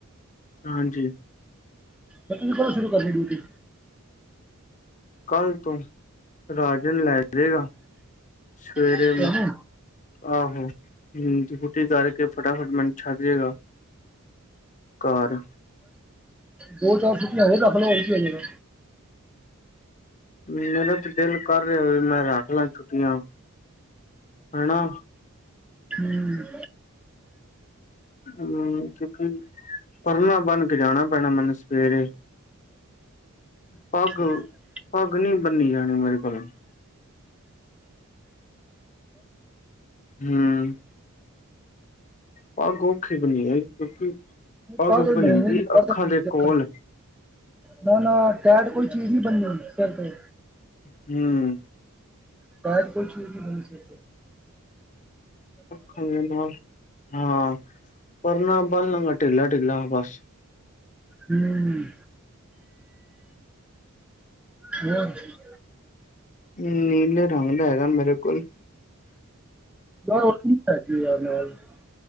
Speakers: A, on the left (about 35°); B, in the centre.
A: ਹਾਂਜੀ।
B: ਰਖੱੜੀ ਤੋਂ ਬਾਦ ਸ਼ੁਰੂ ਕਰਨੀ ਡਿਊਟੀ?
A: ਕੱਲ੍ਹ ਤੋਂ, ਰਾਜਨ ਲੈ ਜਾਵੇਗਾ ਸਵੇਰੇ
B: ਤੁਹਾਨੂੰ
A: ਆਹੋ ਹਮ, ਡਯੂਟੀ ਕਰਕੇ ਫਟਾਫਟ ਮੈਨੂੰ ਛੱਡ ਜੇਗਾ। ਘਰ
B: ਦੋ ਚਾਰ ਛੁੱਟੀਆਂ ਕਰ ਲੈ ਹੋਰ, ਕੀ ਹੋਜੇਗਾ।
A: ਮੇਰਾ ਤੇ ਦਿਲ ਕਰ ਰਿਹਾ ਮੈਂ ਰੱਖ ਲਾਂ ਛੁੱਟੀਆਂ, ਹਨਾ।
B: ਹਮ।
A: ਹਮ, ਪਰਨਾ ਬਣ ਕੇ ਜਾਣਾ ਪੈਣਾ ਮੈਨੂੰ ਸਵੇਰੇ ਪੱਗ,
B: ਅੱਛਾ
A: ਪੱਗ ਨਹੀਂ ਬੰਨੀ ਜਾਣੀ ਮੇਰੇ ਕੋਲ ਹਮ, ਪੱਗ ਔਖੀ ਬਣੀ ਜਾਣੀ ਕਿਉਂਕਿ ਪੱਗ
B: ਤਾਂ ਕੋਈ
A: ਬਣੀਦੀ
B: ਮਹੀਨੇ ਨਹੀਂ ਪੜਦਾ
A: ਅੱਖਾਂ ਦੇ
B: ਦੇਖਣ
A: ਕੋਲ
B: ਨਾ ਨਾ, ਟੈਡ ਕੋਈ ਚੀਜ਼ ਨਹੀਂੀ ਬਣਨੀ ਫਿਰ ਤੋਂ
A: ਹਮ <unintelligible>
B: ਕ ਕੋ <unintelligible> ਟੈਟ ਕੋਈ ਚੀਜ ਨੀ ਬੰਨਣੀ।
A: ਅੱਖਾਂ ਦੇ ਨਾਲ ਹਾਂ, ਪਰ ਨਾ ਬੰਨ ਨੰਗਾ ਢਿੱਲਾ ਢਿੱਲਾ ਬਸ
B: ਹਮ ਹੋ <unintelligible>
A: ਨੀਲੇ ਰੰਗ ਦਾ ਹੈਗਾ ਮੇਰੇ ਕੋਲ
B: ਬ ਯ ਮ <unintelligible>